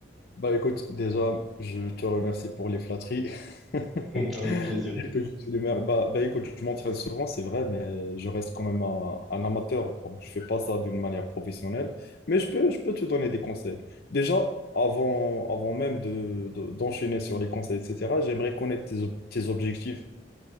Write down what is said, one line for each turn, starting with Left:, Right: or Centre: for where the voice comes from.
Left: Bah écoute, déjà, je te remercie pour les flatteries. <laughs>
Centre: <laughs> avec plaisir.
Left: Que je suis d'humeur. Bah, bah écoute, je m'entraîne souvent, c'est vrai, mais je reste quand même un, un amateur. Donc, je fais pas ça d'une manière professionnelle. Mais je peux, je peux te donner des conseils. Déjà, avant, avant même de, de- d'enchaîner sur les conseils, etc., j'aimerais connaître tes, ob- tes objectifs.